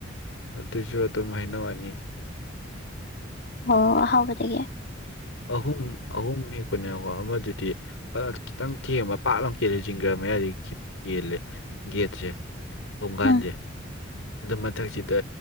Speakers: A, on the left; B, on the left.
A: ꯑꯗꯨꯁꯨ ꯑꯗꯨꯝ ꯍꯩꯅꯧ ꯑꯅꯤ
B: ꯑꯣ ꯑꯍꯥꯎꯕꯗꯒꯤ
A: ꯑꯍꯨꯝ ꯑꯍꯨꯝ ꯍꯦꯛꯄꯅꯦꯕꯀꯣ ꯑꯃꯗꯨꯗꯤ ꯃꯅ ꯈꯤꯇꯪ ꯊꯦꯡꯕ ꯄꯥꯛ ꯂꯥꯎ ꯀꯦꯂꯦ ꯖꯤꯡꯒ ꯃꯌꯥꯗꯤ ꯀꯦꯜꯂꯦ ꯒꯦꯠꯁꯦ ꯊꯣꯡꯒꯥꯟꯗꯦ
B: ꯎꯝ
A: ꯑꯗꯨ ꯃꯊꯛꯁꯤꯗ